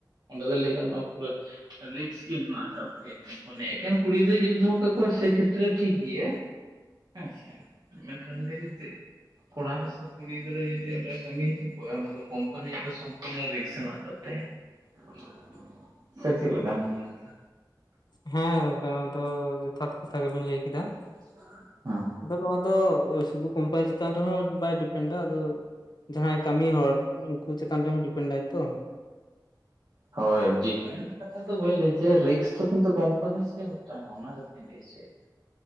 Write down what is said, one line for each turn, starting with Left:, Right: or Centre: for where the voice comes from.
Right: ᱚᱸᱰᱮ ᱫᱚ ᱞᱟᱹᱭ ᱜᱟᱱᱚᱜ-ᱟ ᱯᱩᱨᱟ. ᱨᱤᱠᱥ ᱼᱼ ᱜᱮ ᱦᱮᱱᱟᱜ ᱟᱠᱟᱫ ᱜᱮᱭᱟ ᱠᱚᱢᱯᱟᱱᱤᱭᱟᱜ, ᱮᱠᱷᱮᱱ ᱠᱩᱲᱤ ᱜᱤᱫᱟᱹᱨ ᱡᱩᱫᱤ ᱫᱚᱦᱚ ᱠᱟᱠᱚᱣᱟ ᱥᱮ ᱠᱷᱮᱛᱨᱮ ᱴᱷᱤᱠ ᱜᱮᱭᱟ᱾ ᱦᱮᱸ ᱥᱮ ᱢᱮᱱ ᱠᱷᱟᱱ ᱜᱚᱢᱠᱮ ᱡᱩᱫᱤ ᱠᱚᱲᱟ ᱢᱮᱥᱟ ᱠᱩᱲᱤ ᱼᱼ ᱠᱩᱲᱤ ᱜᱤᱫᱽᱨᱟᱹ ᱡᱩᱫᱤ ᱚᱸᱰᱮ ᱠᱟᱹᱢᱤ ᱦᱚᱪᱚ ᱠᱚᱣᱟ ᱚᱱᱟ ᱫᱚ ᱠᱳᱢᱯᱟᱱᱤᱭᱟᱜ ᱫᱚ ᱥᱚᱢᱯᱩᱨᱱᱚ ᱨᱤᱠᱥ ᱦᱮᱱᱟᱜ ᱟᱠᱟᱫ ᱛᱟᱭᱟ ᱾ ᱥᱮ ᱪᱮᱫ ᱞᱮᱠᱟᱢ ᱢᱚᱱᱮᱭᱮᱫᱟ?
Left: ᱦᱚᱸ ᱜᱚᱝᱠᱮ ᱱᱚᱣᱟ ᱫᱚ ᱡᱚᱛᱷᱟᱛ ᱠᱟᱛᱷᱟ ᱜᱮ ᱵᱤᱱ ᱞᱟᱹᱭ ᱠᱮᱫᱟ ᱾
Right: <unintelligible>
Left: ᱟᱫᱚ ᱱᱚᱣᱟ ᱫᱚ ᱥᱩᱫᱷᱩ ᱠᱳᱢᱯᱟᱱᱤ ᱪᱮᱛᱟᱱ ᱨᱮᱦᱚᱸ ᱵᱟᱭ ᱰᱤᱯᱮᱱᱰᱼᱟ ᱟᱫᱚ ᱼᱼ ᱡᱟᱦᱟᱸᱭ ᱠᱟᱹᱢᱤ ᱦᱚᱲ ᱩᱱᱠᱩ ᱪᱮᱛᱟᱱ ᱨᱮᱦᱚᱸ ᱰᱤᱯᱮᱱᱰᱼᱟᱭ ᱛᱚ᱾
Right: ᱦᱳᱭ ᱰᱤᱯᱮᱱᱰ ᱠᱟᱛᱷᱟ ᱫᱚ ᱵᱟᱹᱧ ᱞᱟᱹᱭ ᱦᱚᱪᱚᱭᱟ, ᱨᱤᱠᱥ ᱫᱚ ᱠᱤᱱᱛᱩ ᱠᱳᱢᱯᱟᱱᱤ ᱥᱮ ᱢᱤᱫᱴᱟᱝ ᱚᱱᱟ ᱠᱟᱛᱷᱟᱧ ᱞᱟᱹᱭ ᱦᱚᱪᱚᱭᱼᱼ <inaudible>